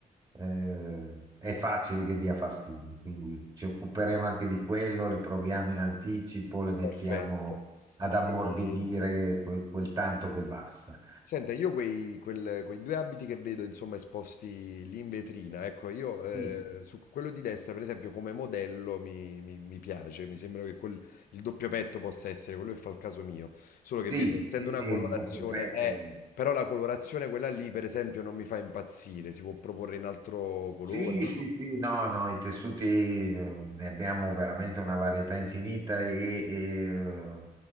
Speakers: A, on the right (about 30°); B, on the left (about 75°).
A: eh, è facile che dia fastidi. Quindi ci occuperemo anche di quello, le proviamo in anticipo, le mettiamo
B: Perfetto.
A: ad ammorbidire
B: E-
A: que- quel, tanto che basta.
B: Senta, io quei, quel- quei due abiti che vedo, insomma, esposti lì in vetrina, ecco, io eh,
A: Sì,
B: su quello di destra, per esempio, come modello mi, mi- mi piace, mi sembra che quel- il doppio petto possa essere quello che fa il caso mio, solo che
A: sì,
B: vedo, essendo
A: sì, sì,
B: una colorazione,
A: il doppio petto.
B: eh, però la colorazione quella lì, per esempio, non mi fa impazzire, si può proporre in altro colore,
A: Sì,
B: no?
A: sì, sì, no, no, i tessuti eh, ne abbiamo veramente una varietà infinita e, e, eh,